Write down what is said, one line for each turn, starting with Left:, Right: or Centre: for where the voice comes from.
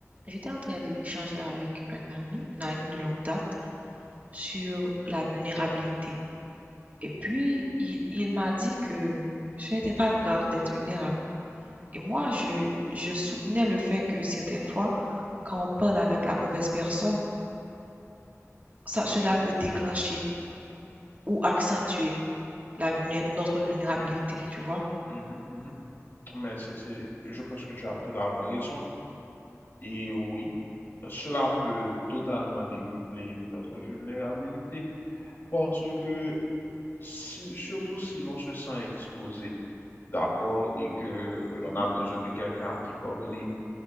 Right: J'étais en train d'échanger avec un ami, un ami de longue date, sur la vulnérabilité. Et puis, il, il m'a dit que ce n'était pas grave d'être vulnérable. Et moi, je, je soutenais le fait que certaines fois, quand on parle avec la mauvaise personne, ça, cela peut déclencher ou accentuer la vulné- notre vulnérabilité, tu vois?
Left: Mhm, mhm. Mais c'est, c'est- je pense que tu as totalement raison. Et oui, cela peut totalement décupler notre vulnérabilité parce que si, surtout si l'on se sent exposé, d'accord, et que l'on
Right: Mhm,
Left: a besoin de quelqu'un à qui parler,